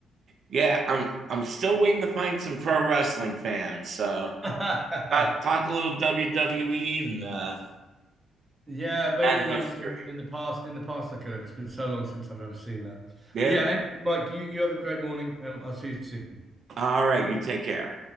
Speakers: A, on the right (about 50°); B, on the right (about 15°).
A: Yeah, I'm I'm still waiting to find some pro wrestling fans. So
B: <laughs>
A: talk, talk a little WWE and uh,
B: Yeah, mate.
A: and
B: In,
A: history.
B: I mean, in the past, in the past, I could have. It's been so long since I've ever seen that.
A: Yeah.
B: But yeah, anyway, Mike, you you have a great morning, and I'll see you soon.
A: All right. You take care.